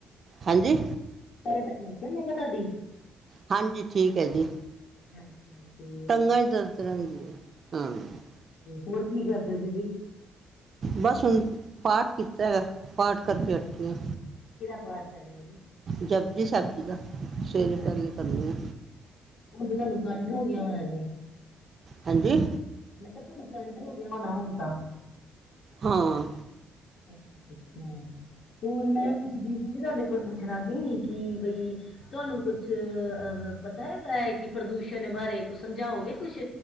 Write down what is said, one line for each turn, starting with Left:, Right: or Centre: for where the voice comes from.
Right: ਹਾਂਜੀ?
Left: ਤਵੀਅਤ ਠੀਕ ਐ ਮੈਂ ਕਿਆ ਤੁਹਾਡੀ?
Right: ਹਾਂਜੀ ਠੀਕ ਐ ਜੀ।
Left: ਹਾਂਜੀ-ਹਾਂਜੀ-ਹੋਰ-ਹਾਂਜੀ
Right: ਟੰਗਾਂ ਹੀ ਦਰਦ ਰਹਿੰਦੀ ਹੈ ਹਾਂ
Left: ਹੋਰ ਕੀ ਕਰਦੇ ਸੀ ਜੀ?
Right: ਬਸ ਹੁਣ ਪਾਠ ਕੀਤਾ ਹੈਗਾ। ਪਾਠ ਕਰਕੇ
Left: ਅੱਛਾ,
Right: ਹਟੀ ਆਂ
Left: ਕਿਹਦਾ ਪਾਠ ਕਰ ਲਿਆ ਜੀ?
Right: ਜਪਜੀ ਸੈਬ ਜੀ ਦਾ ਸਵੇਰੇ
Left: ਅੱਛਾ,
Right: ਪੈਲੇ ਕਰਨੀ ਆਂ
Left: ਹੁਣ ਤੇ ਤੁਹਾਨੂੰ ਕੰਠ ਹੋ ਗਿਆ ਹੋਣਾ ਜੀ।
Right: ਹਾਂਜੀ?
Left: ਮੈਂ ਕਿਆ ਤੁਹਾਨੂੰ ਕੰਠ ਹੋ ਗਿਆ ਹੋਣਾ ਹੁਣ ਤਾਂ।
Right: ਹਾਂ।
Left: ਅੱਛਾ-ਅੱਛਾ ਹੋਰ ਮੈਂ ਪੁੱਛਦੀ ਸੀ ਜੀ ਤੁਹਾਡੇ ਕੋਲ ਪੁੱਛਣਾ ਸੀ ਕੀ ਬਈ ਤੁਹਾਨੂੰ ਕੁਛ ਅ ਪਤਾ ਹੈਗਾ ਐ ਕੀ ਪ੍ਰਦੂਸ਼ਣ ਬਾਰੇ ਕੁ ਸਮਝਾਓਗੇ ਕੁਛ?